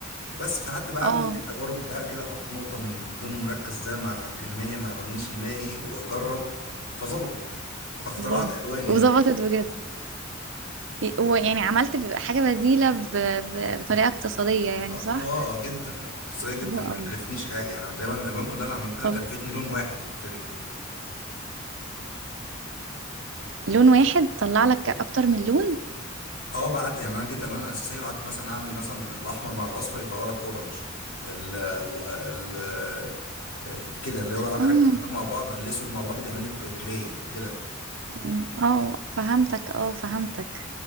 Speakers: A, on the left; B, on the right.
A: بس فقعدت بقى اعمل
B: اه
A: زي تجارب بقى كده احط نقطه من اللون المركز ده مع كميه مع الورنيش المائي واجرب فظبطت فاخترعت
B: الله
A: الواني
B: وظبطت
A: انا يعني
B: بجد ويعني عملت حاجه بديله ب... ب... بطريقه اقتصاديه يعني
A: اه
B: صح
A: آه، جدا اقتصاديه جدا
B: حلو قوي
A: كانت كلفتنيش حاجه يعني انا تقريبا الالوان كلها اللي عملتها
B: طب
A: كلفتني لون واحد من الاكريليك ده
B: لون واحد طلع لك اكتر من لون
A: اه بعت يعني انا جبت الالوان الاساسيه وقعدت مثلا اعمل مثلا الاحمر مع الاصفر يطلع لك اورنج ال ال ال كده اللي هو قاعد
B: اه
A: اركب الالوان مع بعض الاسود مع الابيض يعمل لك جراي كده
B: مم. اه فهمتك اه فهمتك